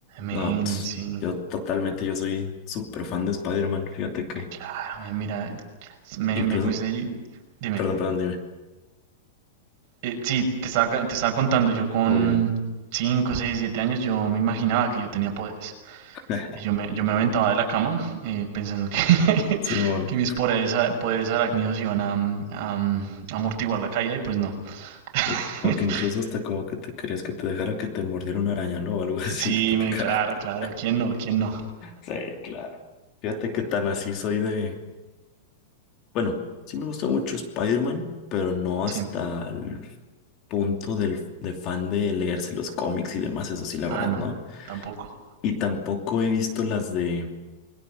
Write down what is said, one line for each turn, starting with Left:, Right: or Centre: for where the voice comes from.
Right: Men,
Left: No, pss,
Right: sí.
Left: yo totalmente, yo soy súper fan de Spider-Man. Fíjate que
Right: Claro, men, mira, me,
Left: incluso...
Right: me cuesta. y- Dime.
Left: Perdón, perdón, dime.
Right: Eh, sí, te estaba, ca- te estaba contando, yo con
Left: No, dime, dime.
Right: 5, 6, 7 años, yo me imaginaba que yo tenía poderes.
Left: <laughs>
Right: Y yo me, yo me aventaba de la cama eh, pensando que, <laughs>
Left: Simón.
Right: que mis poderes, a- poderes arácnidos iban a, mm, a, mm, amortiguar la caída y pues no. <laughs>
Left: O o que incluso hasta como que te querías que te dejara que te mordiera una araña, ¿no? O algo <laughs> así,
Right: Sí,
Left: que te
Right: me,
Left: picara.
Right: claro,
Left: <laughs>
Right: claro. ¿Quién no? ¿Quién no?
Left: Sí, claro. Fíjate que tan así soy de... Bueno, sí me gusta mucho Spider-Man, pero no hasta
Right: Sí.
Left: el punto del, de fan de leerse los cómics y demás, eso sí, la
Right: Ah,
Left: verdad,
Right: no,
Left: ¿no?
Right: tampoco.
Left: Y tampoco he visto las de,